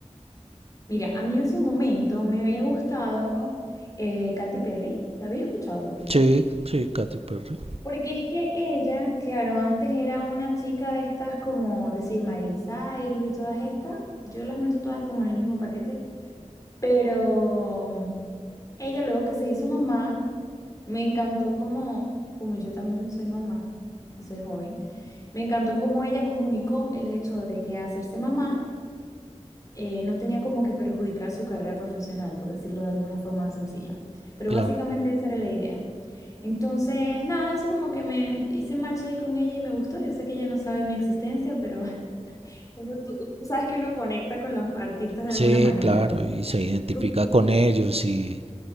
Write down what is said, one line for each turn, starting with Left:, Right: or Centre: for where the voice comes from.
Left: Mira, a mí en su momento me había gustado eh, Katy Perry, ¿la había escuchado?
Right: Sí, sí, Katy Perry.
Left: Porque es que ella, claro, antes era una chica de estas como decir Miley Cyrus y todas estas, yo las meto todas como en el mismo paquete, pero Ella luego que se hizo mamá, me encantó como, como yo también soy mamá y soy joven, me encantó cómo ella comunicó el hecho de que hacerse mamá eh, no tenía como que perjudicar su carrera profesional, por decirlo de alguna forma sencilla. Pero
Right: Claro.
Left: básicamente esa era la idea. Entonces, nada, eso como que me hice match ahí con ella y me gustó. Yo sé que ella no sabe de mi existencia, pero <laughs> uno- tú, tú sabes que uno conecta con los artistas de
Right: Sí,
Left: alguna manera.
Right: claro, y se identifica
Left: Tú-
Right: con ellos y,